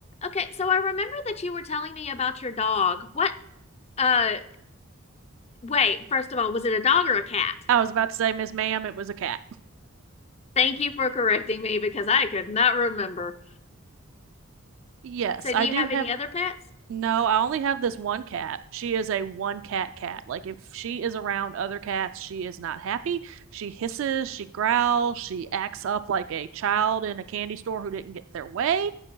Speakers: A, on the left (about 30°); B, on the right (about 65°).
A: Okay, so I remember that you were telling me about your dog. What uh wait, first of all, was it a dog or a cat?
B: I was about to say, Miss Ma'am, it was a cat.
A: Thank you for correcting me because I could not remember.
B: Yes,
A: So do
B: I
A: you
B: do
A: have
B: have.
A: any other pets?
B: No, I only have this one cat. She is a one cat cat. Like, if she is around other cats, she is not happy. She hisses, she growls, she acts up like a child in a candy store who didn't get their way.